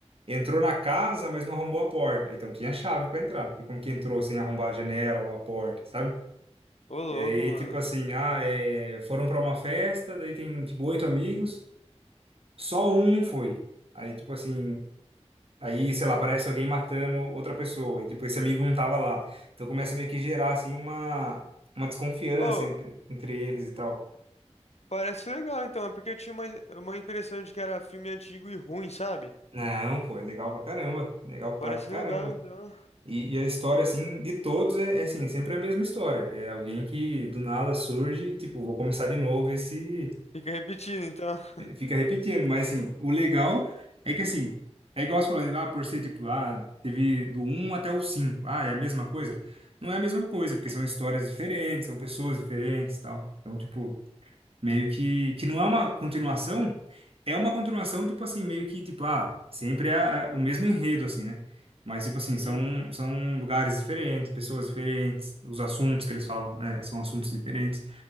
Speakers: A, on the right (about 55°); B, on the left (about 70°).
A: Entrou na casa, mas não arrombou a porta. Então tinha chave para entrar. E como que entrou sem arrombar a janela ou a porta, sabe?
B: Ô, louco,
A: E aí,
B: mano.
A: tipo assim, ah, é, foram para uma festa, daí tem tipo oito amigos, só um não foi. Aí, tipo assim, aí, sei lá, parece alguém matando outra pessoa. E tipo, esse amigo não tava lá. Então começa meio que gerar assim uma, uma desconfiança
B: oh
A: entre, entre eles e tal.
B: parece legal então, é porque eu tinha uma, uma impressão de que era filme antigo e ruim, sabe?
A: Não, pô, é legal pra caramba. Legal
B: Parece
A: pra caramba.
B: legal então.
A: E, e a história, assim, de todos é, é, assim, é sempre a mesma história. É alguém que do nada surge, e, tipo, vou começar de novo, esse
B: Fica repetindo então. <laughs>
A: fica repetindo. Mas, assim, o legal é que, assim, é igual você falou, né? ah, por ser, tipo, ah, teve do um até o cinco Ah, é a mesma coisa? Não é a mesma coisa, porque são histórias diferentes, são pessoas diferentes e tal. Então, tipo, Meio que, que não é uma continuação, é uma continuação, tipo assim, meio que, tipo, ah, sempre é, é o mesmo enredo, assim, né? Mas, tipo assim, são,
B: Uhum.
A: são lugares diferentes, pessoas diferentes, os assuntos que eles falam, é, são assuntos diferentes.